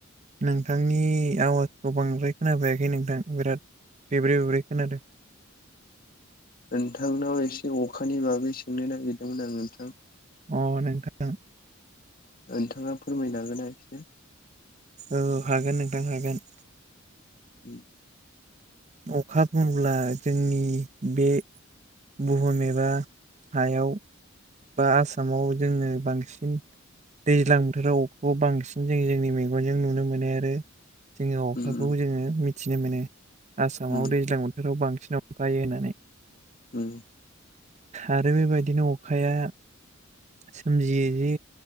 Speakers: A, on the right; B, on the left.
A: नोंथांनि आवाजखौ बांद्राय खोनाबायाखै नोंथां बिराद बेब्रे बब्रै खोनादों
B: नोंथांनाव एसे अखानि बागै सोंनो नागिरदोंमोन आं नोंथां
A: अ नोंथां
B: नोंथाङा फोरमायनो हागोन ना एसे
A: औ हागोन नोंथां हागोन
B: उ
A: अखा बुब्ला जोंनि बे बुहुम एबा हायाव बा आसामाव जोंनो बांसिन दैज्लां बोथोराव अखाखौ बांसिन जों जोंनि मैगनजों नुनो मोनो आरो जोङो अखाखौ
B: उम
A: जोङो मिथिनो मोनो आसामाव
B: उम
A: दैज्लां बोथोराव बांसिन सिन अखा हायो होननानै
B: उ
A: आरो बेबायदिनो अखाया सोमजियो जे